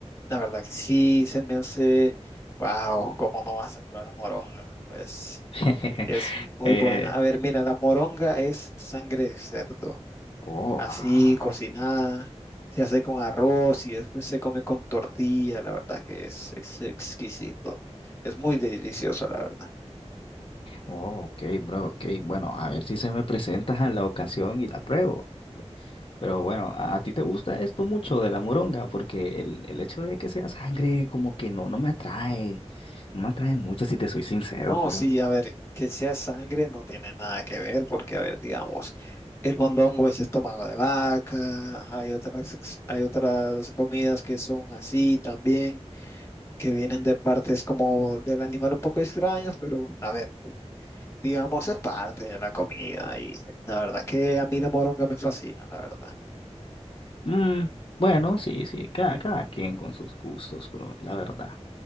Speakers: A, on the left; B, on the left.
A: la verdad que sí, se me hace, wow, ¿cómo no vas a probar la moronga? Pues
B: <laughs>
A: es muy
B: Eh,
A: buena. A ver, mira, la moronga es sangre de cerdo.
B: oh,
A: así
B: ah.
A: cocinada, se hace con arroz y después se come con tortilla, la verdad que es ex- exquisito, es muy delicioso, la verdad.
B: Oh, ok, bro, ok. Bueno, a ver si se me presenta a la ocasión y la pruebo. Pero bueno, a, a ti te gusta esto mucho de la moronga, porque el, el hecho de que sea sangre como que no, no me atrae. No me atrae mucho si te soy sincero,
A: No,
B: pero...
A: sí, a ver, que sea sangre no tiene nada que ver, porque, a ver, digamos, el mondongo es estómago de vaca, hay otras, hay otras comidas que son así también. que vienen de partes como del animal un poco extrañas, pero a ver, digamos es parte de la comida y la verdad que a mí la moronga me fascina, la verdad.
B: mm, bueno, sí, sí, cada, cada quien con sus gustos, bro, la verdad.